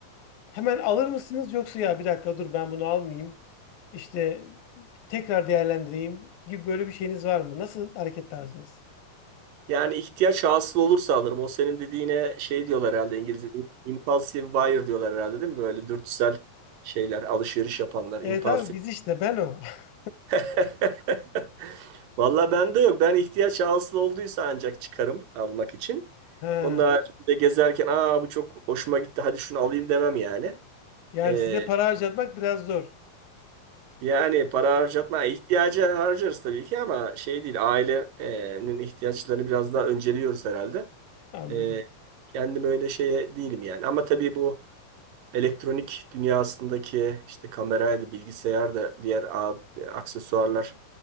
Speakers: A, on the left; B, on the right.
A: Hemen alır mısınız yoksa ya bir dakika dur ben bunu almayayım. işte tekrar değerlendireyim gibi böyle bir şeyiniz var mı? Nasıl hareket tarzınız?
B: Yani ihtiyaç hasıl olursa alırım. O senin dediğine şey diyorlar herhalde İngilizce. Impulsive buyer diyorlar herhalde değil mi? Böyle dürtüsel şeyler, alışveriş yapanlar.
A: Evet
B: Impulsive.
A: abi biz işte ben o. <laughs>
B: <laughs> Valla bende yok. Ben ihtiyaç hasıl olduysa ancak çıkarım almak için.
A: Ha.
B: Onun haricinde gezerken aa bu çok hoşuma gitti hadi şunu alayım demem yani.
A: Yani
B: Ee,
A: size para harcatmak biraz zor.
B: yani para harcatma ihtiyaca harcarız tabii ki ama şey değil ailenin ihtiyaçlarını biraz daha önceliyoruz herhalde.
A: Anladım.
B: E, kendim öyle şeye değilim yani. Ama tabii bu elektronik dünyasındaki işte kameraydı, bilgisayar da diğer a- aksesuarlar